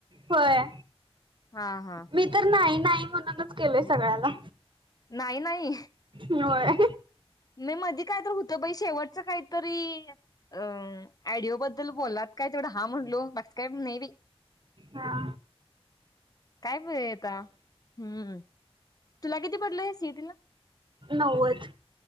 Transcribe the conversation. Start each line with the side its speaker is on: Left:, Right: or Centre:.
Right: होय.
Left: हा हा.
Right: मी तर नाही नाही म्हणूनच केलोय सगळ्याला.
Left: नाही नाही.
Right: होय
Left: मी मधी काय तर होत बाई शेवटच काहीतरी अ एडिओ बद्दल बोललात. काय तेवढं हा म्हणलो बाकीचं काय नाही बाई.
Right: हा
Left: काय बाई आता, हम्म. तुला किती पडले सी ई टी ला.
Right: नव्वद.